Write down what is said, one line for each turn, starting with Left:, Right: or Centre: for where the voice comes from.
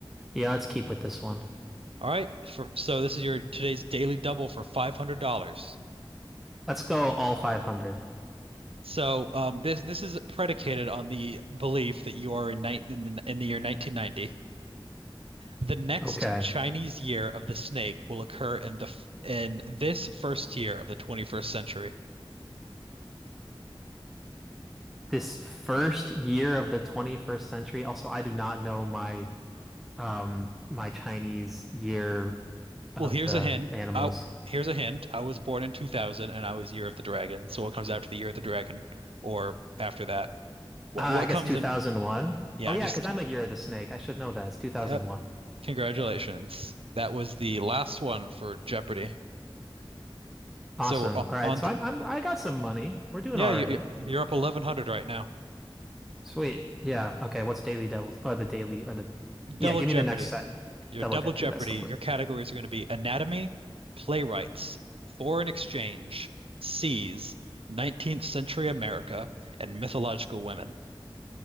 Centre: Yeah, let's keep with this one.
Right: All right. For, so this is your today's daily double for $500.
Centre: Let's go all 500.
Right: So um, this this is predicated on the belief that you are in, ni in the in the year 1990. The next
Centre: Okay.
Right: Chinese year of the snake will occur in the f- in this first year of the 21st century.
Centre: This first year of the 21st century. Also, I do not know my um my Chinese year of
Right: Well, here's
Centre: the
Right: a hint.
Centre: animals.
Right: I, here's a hint. I was born in 2000 and I was Year of the Dragon. So what comes after the Year of the Dragon or after that? What
Centre: Uh,
Right: what
Centre: I guess
Right: comes
Centre: 2001.
Right: in? Yeah,
Centre: Oh
Right: I'm
Centre: yeah,
Right: just
Centre: because I'm a year of the snake. I should know that. It's 2001.
Right: yep. Congratulations. That was the last one for Jeopardy.
Centre: Awesome.
Right: So o-
Centre: All right,
Right: on
Centre: so
Right: t-
Centre: I'm, I'm I got some money. We're doing
Right: yeah,
Centre: all
Right: you
Centre: right.
Right: you- you're up 1100 right now.
Centre: Sweet. Yeah. Okay. What's Daily Devils or the Daily or the
Right: Double
Centre: Yeah, give
Right: Jeopardy.
Centre: me the next set.
Right: Your
Centre: Double
Right: Double
Centre: Jeopardy,
Right: Jeopardy.
Centre: that's the
Right: Your
Centre: word.
Right: categories are going to be anatomy, playwrights, foreign exchange, seas, 19th century America, and mythological women.